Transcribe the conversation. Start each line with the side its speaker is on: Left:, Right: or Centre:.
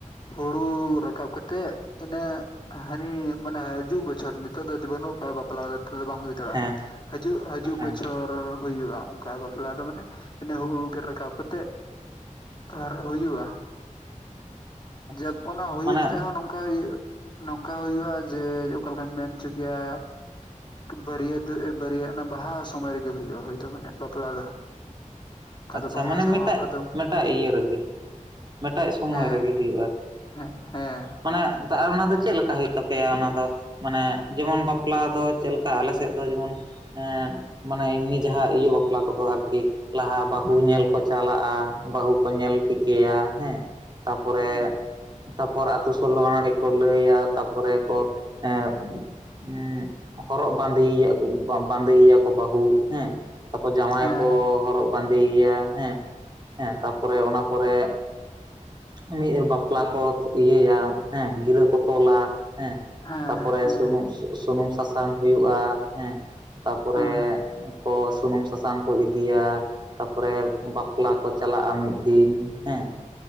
Left: ᱦᱩᱲᱩ ᱨᱟᱠᱟᱵ ᱠᱟᱛᱮᱜ ᱛᱤᱱᱟᱹ ᱦᱟᱱᱤ ᱢᱟᱱᱮ ᱦᱤᱡᱩᱜ ᱵᱚᱪᱷᱚᱨ ᱱᱤᱛᱚᱜ ᱫᱚ ᱵᱟᱹᱱᱩᱜ᱾ ᱵᱟᱯᱞᱟ ᱱ ᱫᱚ ᱵᱟᱝ ᱦᱩᱭ ᱫᱟᱲᱭᱟᱜᱼᱟ᱾
Right: ᱦᱮᱸ
Left: ᱦᱮᱡᱩᱜ ᱦᱤᱡᱩᱜ
Right: ᱦᱮᱸ
Left: ᱵᱚᱪᱷᱚᱨ ᱦᱩᱭᱩᱜᱼᱟ ᱚᱱᱠᱟ ᱵᱟᱯᱞᱟ ᱫᱚ ᱢᱟᱱᱮ᱾ ᱦᱟᱱᱮ ᱦᱩᱲᱩ ᱜᱮᱫ ᱨᱟᱠᱟᱵ ᱠᱟᱛᱮᱜ ᱟᱨ ᱦᱩᱭᱩᱜᱼᱟ᱾ ᱡᱟᱜ
Right: ᱟᱪᱪᱷᱟ
Left: ᱚᱱᱟ ᱦᱩᱭᱩᱜ
Right: ᱢᱟᱱᱮ
Left: ᱡᱚᱠᱷᱚᱡ ᱦᱚᱸ ᱱᱚᱝ᱾ ᱱᱚᱝᱠᱟ ᱦᱩᱭᱩᱜ ᱱᱚᱝᱠᱟ ᱦᱩᱭᱩᱜᱭᱼᱟ ᱡᱮ ᱚᱠᱟ ᱞᱮᱠᱟᱧ ᱢᱮᱱ ᱦᱚᱪᱚ ᱠᱮᱭᱟ᱾ ᱵᱟᱹᱨᱭᱟᱹᱛ ᱵᱟᱹᱨᱭᱟᱹᱛ ᱵᱟᱦᱟ ᱥᱚᱢᱚᱭ ᱨᱮᱜᱮ ᱦᱩᱭᱩᱜᱼᱟ ᱦᱳᱭ ᱫᱚ ᱢᱟᱱᱮ ᱵᱟᱯᱞᱟ ᱫᱚ᱾ ᱚᱠᱟ
Right: ᱟᱪᱪᱷᱟ
Left: ᱫᱚ ᱵᱟᱦᱟ
Right: ᱢᱟᱱᱮ
Left: ᱥᱟᱶ
Right: ᱢᱤᱫᱴᱟᱜ
Left: ᱦᱚᱸ ᱟᱫᱚᱢ
Right: ᱢᱤᱫᱴᱟᱜ ᱤᱭᱟᱹ ᱨᱮᱜᱮ᱾ ᱢᱤᱫᱴᱟᱜ ᱥᱚᱢᱚᱭ
Left: ᱦᱮᱸ
Right: ᱨᱮᱜᱮ ᱦᱩᱭᱩᱜᱼᱟ ᱟᱨᱠᱤ᱾
Left: ᱦᱮᱸ ᱦᱮᱸ
Right: ᱢᱟᱱᱮ ᱛᱟ ᱟᱨ ᱚᱱᱟ ᱫᱚ ᱪᱮᱫ ᱞᱮᱠᱟ ᱦᱩᱭᱩᱜ ᱛᱟᱯᱮᱭᱟ ᱚᱱᱟ ᱫᱚ᱾ ᱢᱟᱱᱮ ᱡᱮᱢᱚᱱ ᱵᱟᱯᱞᱟ ᱫᱚ ᱪᱮᱫ ᱞᱮᱠᱟ ᱟᱞᱮ ᱥᱮᱫ ᱫᱚ ᱡᱮᱢᱚᱱ᱾ ᱮᱸ ᱢᱟᱱᱮ ᱮᱢᱱᱤ ᱡᱟᱦᱟᱸ ᱤᱭᱟᱹ ᱵᱟᱯᱞᱟ ᱠᱚᱫᱚ ᱟᱨᱠᱤ ᱞᱟᱦᱟ᱾ ᱵᱟᱹᱦᱩ ᱧᱮᱞ ᱠᱚ ᱪᱟᱞᱟᱜᱼᱟ ᱵᱟᱹᱦᱩ ᱠᱚ ᱧᱮᱞ ᱴᱷᱤᱠᱟᱹᱭᱟ ᱦᱮᱸ ᱛᱟᱯᱚᱨᱮ᱾
Left: ᱦᱮᱸ
Right: ᱛᱟᱨᱯᱚᱨ ᱟᱛᱩ ᱥᱳᱞᱳ ᱟᱱᱟᱨᱤ ᱠᱚ ᱞᱟᱹᱭᱟ ᱛᱟᱨᱯᱚᱨᱮ ᱠᱚ ᱮᱸ᱾ ᱦᱸ ᱦᱚᱨᱚᱜ ᱵᱟᱸᱫᱮᱭᱭᱟ ᱵᱟᱸᱫᱮᱭᱮᱭᱟᱠᱚ ᱵᱟᱹᱦᱩ ᱦᱮᱸ᱾ ᱛᱟᱨᱯᱚᱨ ᱡᱟᱢᱶᱟᱭ
Left: ᱦᱮᱸ
Right: ᱠᱚ ᱦᱚᱨᱚᱜ ᱵᱟᱸᱫᱮᱭᱟ ᱦᱮᱸ ᱦᱮᱸ ᱛᱟᱨᱯᱚᱨᱮ ᱚᱱᱟ ᱯᱚᱨᱮ᱾ ᱢᱤᱫ ᱵᱟᱯᱞᱟ ᱠᱚ ᱤᱭᱟᱹᱭᱟ ᱦᱮᱸ ᱜᱤᱨᱟᱹ ᱠᱚ᱾ ᱛᱚᱞᱟ ᱦᱮᱸ
Left: ᱦᱮᱸ
Right: ᱛᱟᱨᱯᱚᱨᱮ
Left: ᱦᱮᱸ
Right: ᱥᱩᱱᱩᱢ ᱥᱩᱱᱩᱢ ᱥᱟᱥᱟᱝ ᱦᱩᱭᱩᱜᱼᱟ ᱦᱮᱸ᱾ ᱛᱟᱯᱚᱨᱮ
Left: ᱦᱮᱸ
Right: ᱠᱚ ᱥᱩᱱᱩᱢ ᱥᱟᱥᱟᱝ ᱠᱚ ᱤᱫᱤᱭᱟ᱾ ᱛᱟᱯᱚᱨᱮ ᱵᱟᱯᱞᱟ ᱠᱚ ᱪᱟᱞᱟᱜᱼᱟ ᱢᱤᱫ ᱫᱤᱱ ᱦᱮᱸ᱾